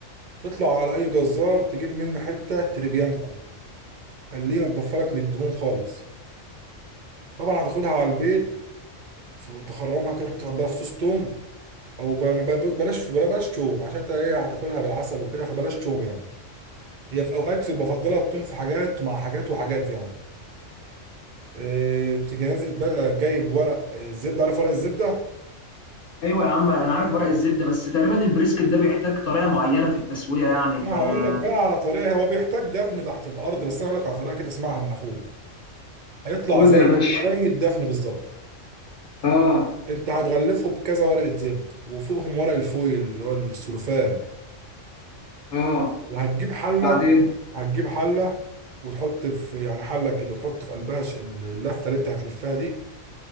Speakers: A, on the right; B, on the left.
A: تطلع على اي جزار تجيب منه حتة تريبيانكو خلينا تضفى لك من الدهون خالص طبعا هتاخدها على البيت ف- تخرمها كده تحط بقى في صوص توم او ب- ب- بلاش بلاش توم عشان انت ايه هتاكلها بالعسل وكده فبلاش توم يعني هي في اوقات بفضلها التوم في حاجات مع حاجات وحاجات يعني إيه تيجي نازل بقى جايب ورق إيه، الزبده عارف ورق الزبده
B: ايوه يا عم انا عارف ورق الزبده بس تقريبا البريسكت ده بيحتاج طريقه معينه في التسويه يعني فقول
A: ما هقول لك بقى على طريقه هو بيحتاج دفن تحت الارض بس انا هقول لك على طريقه كده اسمعها من اخوك هيطلع
B: لي
A: زي
B: يا باشا
A: زي الدفن بالظبط
B: اه
A: انت هتغلفه بكذا ورقه زبد وفوقهم ورق الفويل اللي هو السلوفان
B: اه
A: وهتجيب حله
B: بعدين
A: هتجيب حله وتحط في يعني حله كده تحط في قلبها ش- اللفه اللي انت هتلفها دي